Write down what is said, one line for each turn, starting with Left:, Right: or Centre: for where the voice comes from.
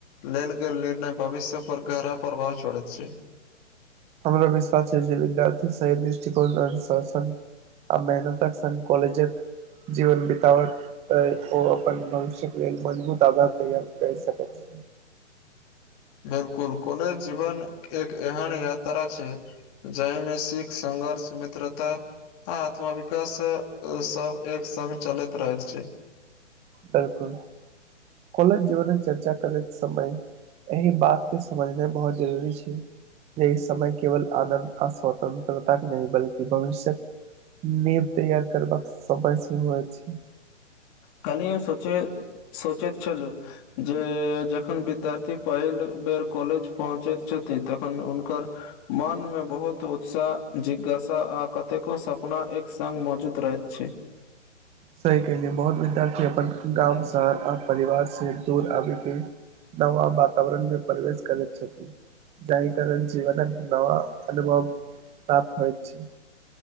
Left: लेल गेल निर्णय भविष्य पर गहरा प्रभाव छोड़ैत छै।
Right: हमरा विश्वास छै जे विद्यार्थी सही दृष्टिकोण अनुशासन आ मेहनतक संग काँलजेक जीवन बिताबक तऽ ओ अपन भविष्यक लेल मजभूत आधार तैयार करि सकैत छै।
Left: बिलकुल कॉलेज जीवन एक एहन यात्रा छै जाहिमे सिख, संघर्ष, मित्रता आ अथवा विकास सब एक संग चलैत रहैत छै।
Right: बिल्कुल कॉलज जीवनक चर्चा करैत समय अहि बात के समझनाइ बहुत जरूरी छै। जे इ समय केवल आनन्द आ स्वतन्त्रताक नहि बल्कि भविष्यक नीव तैयार करबाका समय सेहो अछि।
Left: काली हम सोचे सोचैत छलू जे जखन विद्यार्थी पहिल बेर कॉलेज पहुँचैत छथिन तखन हुनकर मोनमे बहुत उत्साह, जिज्ञासा आ कतेको सपना एक संग मौजूद रहैत छै।
Right: सही कहली बहुत विद्यार्थी अपन गाँव शहर आर परिवार से दूर आबेके नवा वातावरण मे प्रवेश करैत छथि। जाहि कारण जीवन नव अनुभव प्राप्त होइत छै।